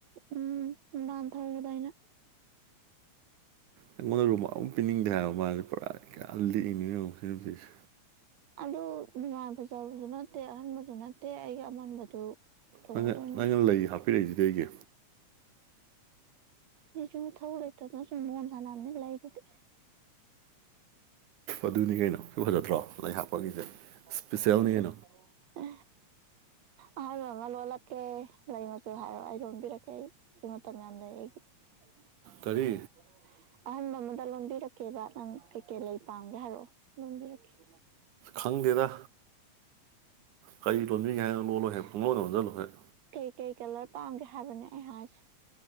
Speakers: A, on the right; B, on the right.
A: ꯎꯝ ꯔꯨꯃꯥꯟ ꯊꯧꯕꯗꯣ ꯑꯩꯅ
B: ꯑꯩꯉꯣꯟꯗ ꯔꯨꯃꯥꯜ ꯑꯝꯕꯧ ꯄꯤꯅꯤꯡꯗꯦ ꯍꯥꯏꯕ ꯃꯥꯖꯦ ꯄꯨꯔꯥ ꯀꯌꯥ ꯂꯤꯛꯏꯅꯣ ꯌꯦꯡꯉꯣ ꯁꯤ ꯅꯨꯄꯤꯁꯦ
A: ꯑꯗꯨ ꯔꯨꯃꯥꯜ ꯐꯖꯕꯁꯨ ꯅꯠꯇꯦ ꯑꯍꯟꯕꯁꯨ ꯅꯠꯇꯦ ꯑꯩꯒꯤ ꯑꯃꯟꯕꯗꯨ ꯀꯩꯗꯧꯅꯗꯣꯏꯅꯣ
B: ꯅꯪꯅ ꯅꯪꯅ ꯂꯩ ꯍꯥꯞꯄꯤꯔꯛꯏꯖꯤꯗꯤ ꯑꯩꯒꯤ
A: ꯑꯩ ꯁꯨꯝ ꯏꯊꯧ ꯂꯩꯇꯗꯅ ꯁꯨꯝ ꯂꯣꯟ ꯁꯥꯟꯕꯅꯤ ꯂꯩꯗꯨꯗꯤ
B: ꯑꯗꯨꯅꯤ ꯀꯩꯅꯣ ꯁꯤ ꯐꯖꯗ꯭ꯔꯣ ꯂꯩ ꯍꯥꯞꯄꯒꯤꯁꯦ
A: <unintelligible>
B: ꯏꯁꯄꯤꯁꯦꯜꯅꯤ ꯀꯩꯅꯣ
A: ꯑꯍꯥꯟꯕ ꯑꯃ ꯂꯣꯜꯂꯛꯀꯦ ꯂꯩ ꯃꯆꯨ ꯍꯥꯏꯔꯣ ꯑꯩ ꯂꯣꯟꯕꯤꯔꯛꯀꯦ ꯑꯩ ꯑꯩ ꯃꯇꯝ ꯌꯥꯝ ꯂꯩ ꯑꯩꯒꯤ <unintelligible>
B: ꯀꯔꯤ
A: ꯑꯍꯟꯕ ꯑꯃꯗ ꯂꯣꯟꯕꯤꯔꯛꯀꯦꯕ ꯅꯪ ꯀꯩꯀꯩ ꯂꯩ ꯄꯥꯝꯒꯦ ꯍꯥꯏꯔꯛꯑꯣ ꯂꯣꯟꯕꯤꯔꯛꯀꯦ <unintelligible>
B: ꯈꯪꯗꯦꯗ ꯀꯔꯤ ꯂꯣꯟꯕꯤꯒꯦ ꯍꯥꯏꯅꯣ ꯂꯣꯜꯂꯣ ꯍꯦꯛ ꯄꯨꯡꯂꯣꯟ ꯂꯣꯟꯖꯜꯂꯣ ꯍꯦꯛ
A: ꯀꯩ ꯀꯩ ꯀꯂꯔ ꯄꯥꯝꯒꯦ ꯍꯥꯏꯕꯅꯦ ꯑꯩ ꯍꯥꯏꯁꯦ